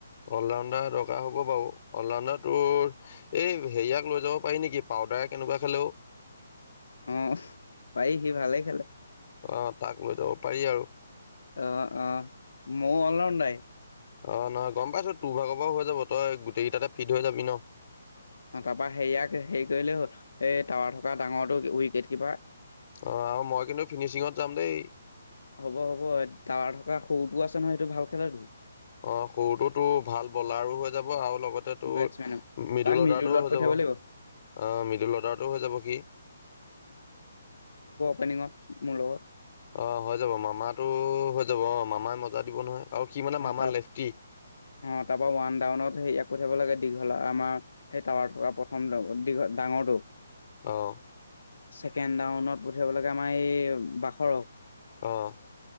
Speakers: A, on the left; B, on the left.
A: অলডাৰ দৰ হ'ব বাৰু অলডাৰ তোৰ এই হেৰিয়াক লৈ যাব পাৰি নেকি পাউাৰ প্ৰায় কেনেকুৱা খেলেও
B: অ পাৰ সি ভালেই খেলে
A: আহ তাক লৈ যাব পাৰি আৰু
B: অ অ ময় অলৰাউডাই
A: অ নহয় গম পাইছো তোৰ ভাগৰ পৰাও হৈ যাব তই গোটেইকেইটাতে ফিট হৈ যাবি ন
B: অ তাৰপা হেয়াক হেৰি কৰিলেই হ'ল এই টাৱাৰ থকা ডাঙৰটোো উইকেট কিপাৰ
A: অ আৰু মই কিন্তু ফিনিচিঙত যাম দেই
B: হ'ব হ'ব তাৱা থকা সৰুটোও আছে নহয় সেইটো ভাল খেলাো
A: অ সৰুটোো তো ভাল বলাৰো হৈ যাব আৰু অল লগতে তো
B: বেটছমেনৰ
A: মিডিল
B: তাক
A: অৰ্ডাৰটোও
B: মিডুলত
A: হৈ
B: পঠিয়াব
A: যাব আহ
B: লাগিব
A: মিডুল অৰ্ডাৰটোো হৈ যাব কিি
B: পনিঙত মলত
A: অ হৈ যাব মামাো হৈ যাব অ মামাই মজা দিব নহয় আৰু সি মানে
B: অ
A: মামা
B: ত
A: লেফটি
B: অ তাৰপা ওৱান ডাউনত পঠিয়াব লাগে দীঘলা আমাৰ সেই টাৱাৰ থকা প্ৰথম দীঘল ডাঙৰটো
A: আহ
B: ছেকেণ্ডউনত পঠিয়াব লাগে আমাৰ এই বাখৰস
A: অ',